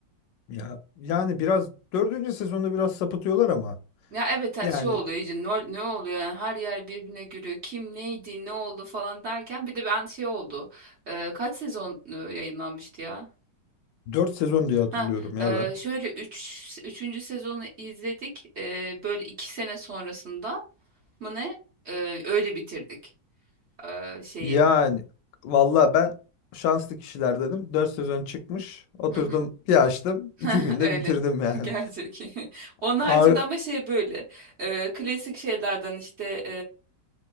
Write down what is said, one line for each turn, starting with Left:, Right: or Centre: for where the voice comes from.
Left: Ya yani biraz dördüncü sezonda biraz sapıtıyorlar ama.
Right: Ya evet hani
Left: Yani
Right: şey oluyor iyice ne, ne oluyor yani her yer birbirine giriyor kim neydi ne oldu falan derken bir de ben şey oldu Ee, kaç sezon e, yayınlanmıştı ya
Left: dört sezon diye hatırlıyorum
Right: ha
Left: ya
Right: e,
Left: ben.
Right: şöyle üç üçüncü sezonu izledik Ee, böyle 2 sene sonrasında mı ne Ee, öyle bitirdik ee, şeyi
Left: Yani valla ben şanslı kişiler dedim. dört sezon çıkmış. Oturdum
Right: Hı hı.
Left: bir açtım.
Right: <laughs>
Left: iki günde
Right: öyle
Left: bitirdim yani.
Right: <laughs> gerçek <laughs> onun haricinde
Left: Ar
Right: ama şey böyle ee, klasik şeylerden işte